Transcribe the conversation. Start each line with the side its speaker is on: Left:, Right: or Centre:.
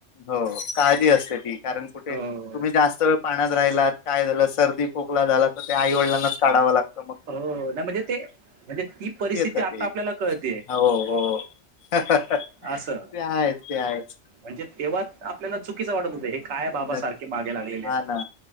Left: हो काळजी असते ती. कारण कुठे
Right: हो.
Left: तुम्ही जास्त वेळ पाण्यात राहिलात. काय झालं. सर्दी खोकला झाला तर ते आई वडलांनाच काढावं लागत.
Right: हो नाही म्हणजे ते म्हणजे ती परिस्थिती
Left: येतं
Right: आता
Left: ते
Right: आपल्याला कळते.
Left: हो हो. ते
Right: असं.
Left: हायेच ते हायेच.
Right: म्हणजे तेव्हा आपल्याला चुकीचं वाटत होतं. हे काय बाबा
Left: नक्की.
Right: सारखे मागे लागलेलेयत.
Left: हा ना